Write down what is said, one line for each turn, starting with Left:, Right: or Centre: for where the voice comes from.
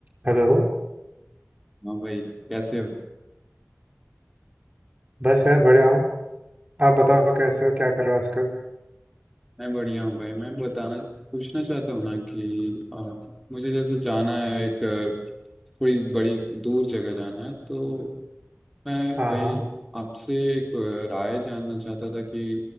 Right: Hello
Centre: हाँ भाई कैसे हो
Right: बस यार बढ़िया हूँ आप बताओ कैसे हो क्या कर रहे हो आजकल
Centre: मैं बढ़िया हूँ भाई मैं बताना पूछना चाहता हूँ ना कि आ, मुझे जैसे जाना है एक आ, थोड़ी बड़ी दूर जगह जाना है तो मैं
Right: हाँ
Centre: वही
Right: हाँ
Centre: आपसे एक आ, राय जानना चाहता था कि